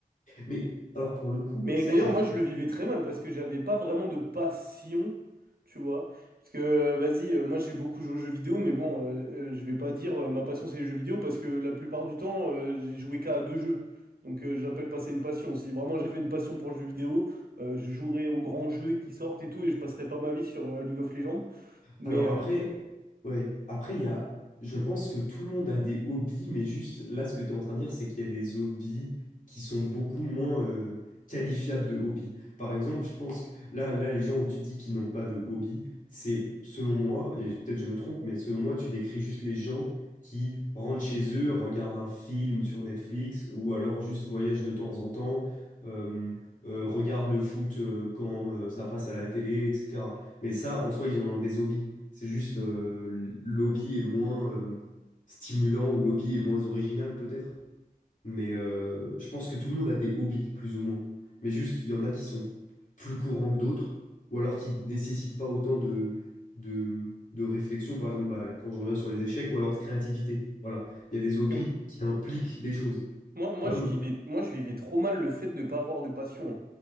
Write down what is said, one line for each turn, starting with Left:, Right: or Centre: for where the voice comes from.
Left: Mais alors, pour le coup,
Right: Mais
Left: ça,
Right: d'ailleurs,
Left: je trouve.
Right: moi, je le vivais très mal parce que j'avais pas vraiment de passion, tu vois. Parce que, euh, vas-y, euh, moi, j'ai beaucoup joué aux jeux vidéo, mais bon, euh, euh, je vais pas dire euh, ma passion, c'est les jeux vidéo parce que la plupart du temps, euh, j'ai joué qu'à deux jeux. Donc, euh, j'appelle pas ça une passion. Si vraiment j'avais une passion pour le jeu vidéo, euh, je jouerais aux grands jeux qui sortent et tout, et je passerais pas ma vie sur euh, League of Legends. Mais
Left: Alors
Right: euh,
Left: après, ouais, après il y a, je
Right: <clears throat>
Left: pense que tout le monde a des hobbies, mais juste là, ce que tu es en train de dire, c'est qu'il y a des hobbies qui sont beaucoup moins euh, qualifiables de hobbies. Par exemple, je pense que là, là, les gens où tu dis qu'ils n'ont pas de hobby, c'est selon moi, et peut-être je me trompe, mais selon moi, tu décris juste les gens qui rentrent chez eux, regardent un film sur Netflix, ou alors juste voyagent de temps en temps, euh, euh, regardent le foot euh, quand euh, ça passe à la télé, etc. Mais ça, en soi, ils ont des hobbies. C'est juste euh, l'hobby est moins euh, stimulant ou l'hobby est moins original peut-être. Mais euh, je pense que tout le monde a des hobbies, plus ou moins. Mais juste, il y en a qui sont plus courants que d'autres, ou alors qui ne nécessitent pas autant de, de, de réflexion, par exemple, bah, quand je reviens sur les échecs, ou alors de créativité. Voilà. Il y a des hobbies
Right: que
Left: qui impliquent des choses,
Right: moi, moi,
Left: comme
Right: je vivais, moi, je vivais trop mal le fait de ne pas avoir de passion. hein.